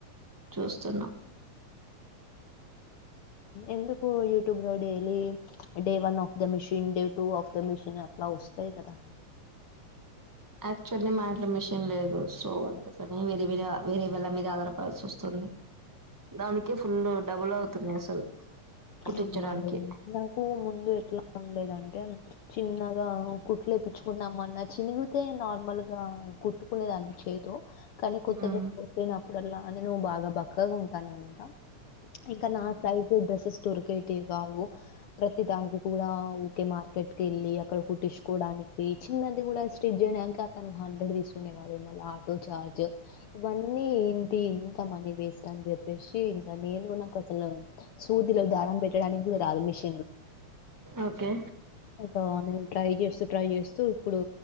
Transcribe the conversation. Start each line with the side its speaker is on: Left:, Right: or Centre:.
Right: చూస్తున్నాం
Left: ఎందుకు యూట్యూబ్ లో daily day one of the mission day two of the mission అట్ల వస్తయి కదా
Right: యాక్చువల్లీ మా ఇంట్లో మిషన్ లేదు సో అందుకని వేరేర వేరే వాల్ళ మీద ఆధారపడాల్సి వస్తుంది దానికే ఫుల్ డబుల్ అవుతున్నయి అసలు కుట్టించడానికి
Left: అవునండి నాకు ముందు ఎట్ల ఉండేదంటే చిన్న గా కుట్లేపిచ్చుకుందాం అన్నా చినిగితే నార్మల్ గా కుట్టుకునే దాన్ని చేతో కానీ కొత్త
Right: మ్మ్
Left: డ్రెస్ కుట్టినప్పుడు ఇప్పుడెలా అంటె నువ్వు బాగా బక్కగ ఉంటానవన్నట్ట ఇంక
Right: అవునా
Left: నా సైజ్ డ్రెస్సెస్ కావు ప్రతి దానికి కూడా ఊకే మార్కెట్ కి వెళ్ళి అక్కడ కుట్టించుకోవడానికి చిన్నది కూడా స్టిచ్ చేయడానికి అతను హండ్రెడ్ తీసుకునేవాళ్ళు మళ్ళ ఆటో చార్జ్ ఇవన్నీ ట్టి ఇంత మనీ వేస్ట్ అని చెప్పేసి ఇంక నేను నాకు అసలు సూదిలో దారం పెట్టడానికి కూడా రాదు మిషిన్
Right: ఓకే
Left: ఇక అలా నేను ట్రై చేస్తూ ట్రై చేస్తూ ఇప్పుడు